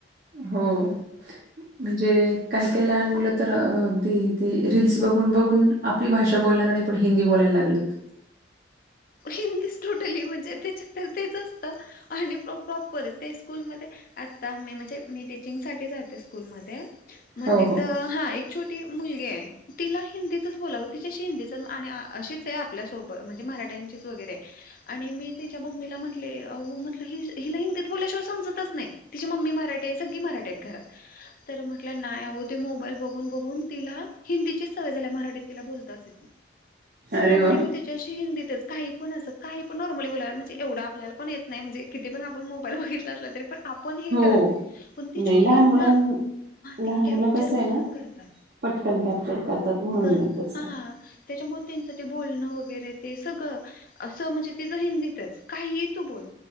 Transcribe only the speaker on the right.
हो म्हणजे काही काही लहान मुल तर अ ते ते रीलस बघून बघून आपली भाषा बोलणार नाही पण हिंदी बोलायला लागलेत.
हो
हो
अरे
वा
हो
नाही
लहान
मुलां
लहान
मुलं कसं
आहे ना
पटकन कॅप्चर करतात म्हणून
नाही तसं